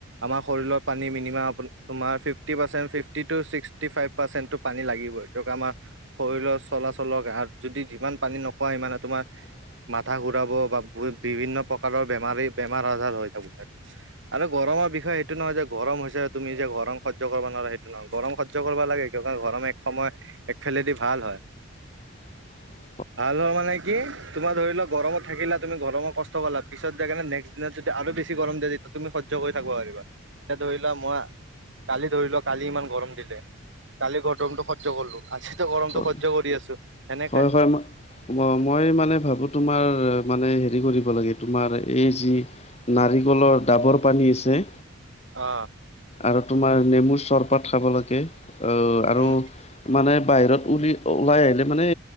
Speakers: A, on the right; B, on the left.
A: আমাৰ শৰীৰৰ পানী মিনিমাম, তোমাৰ ফিফটি ৰ্পাচেনট, ফিফটিতো চিকটি ফাইফ ৰ্পাচেনট পানী লাগিব এইটো আমাৰ, শৰীৰৰ চলাচলৰ আৰু যদি যিমানে পানী নোখোৱা সিমানেই তোমাৰ
B: <inaudible>
A: মাথা ঘুৰাব বা বিভিন্ন প্ৰকাৰৰ বেমাৰী বেমাৰ আজাৰ হৈ থাকো স আৰু গৰমত মূৰ বিষায় সেইটো নহয় যে গৰম হৈছে তুমি যে গৰম সহ্য কৰিব নোৱা সেইটো নহয় গৰম সহজ কৰিব লাগে গৰম এক সময় এক খেলেদি ভাল হয়।
B: <inaudible>
A: ভাল হয় মানে কি তোমাৰ ধৰি লও গৰম থাকিল তুমি গৰম কষ্ট পিছত যায় কে নেক্সটিন যদি আৰু বেছি গৰম দিয়ে তেয়া তুমি সহ্য কৰি থাকিব পাৰিবা এ ধৰি লোৱা মই কালি ধৰি লোৱা কালি ইমান গৰম দিছে। কালি গৰমটো সহ্য কৰিলো আজিতো গৰমটো
B: হয়
A: সহ্য কৰি আছো। সেনেকে
B: হয় হয় ম মই মানে ভাবো। তোমাৰ মানে হে কৰিব লে তোমাৰ এই যি নাৰিকলৰ দাবৰ পানী আ হে
A: অ।
B: আৰু তোমাৰ নেমুৰ চৰপাত খাব লাগে, অ আৰু
A: উম
B: মানে বাহিৰত উলি ওলাই আহিলে মানে